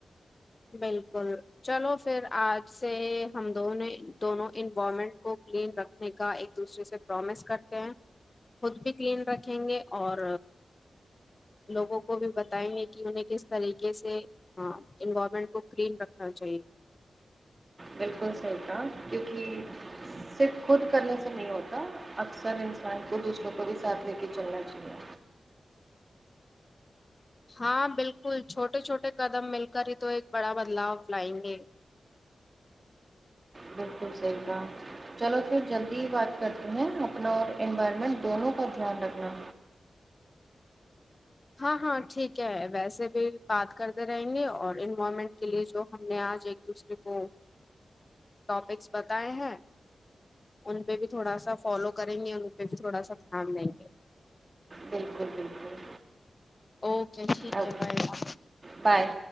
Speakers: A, on the left; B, on the right.
A: بالکل چلو پھر آج سے ہم دوں دونوں انوائرمنٹ کو کلین رکھ نے کا ایک دوسرے سے پرومس کرتے ہیں خود بھی کلین رکھیں گے اور لوگوں کو بھی بتائیں گے کہ انہیں کس طریقے سے انو کو کلین رکھنا چاہیے
B: بالکل صحیح کہا کیونکہ صرف خود کرنے سے نہیں ہوتا اک سر انسان کو دوسروں کو بھی ساتھ لے کے چلنا چاہیے
A: ہاں بالکل چھوٹے چھوٹے قدم مل کر ہی تو ایک بڑا بدلاؤ لائیں گے
B: بالکل صحیح کہا چلو پھر جلدی ہی بات کرتی ہیں اپنا اور انوائرمنٹ دونوں کا دھیان رکھنا
A: ہاں ہاں ٹھیک ہے ویسے بھی بات کرتے رہیں گے اور انوومنٹ کے لیے جو ہم نے آج ایک دوسرے کو ٹاپکس بتائے ہیں ان پہ بھی تھوڑا سا فالو کریں گے اور ان پہ بھی تھوڑا سا دھیان دیں گے
B: بالکل بالکل
A: اوکے ٹھیک
B: اب
A: ہے بائے بائے
B: بائے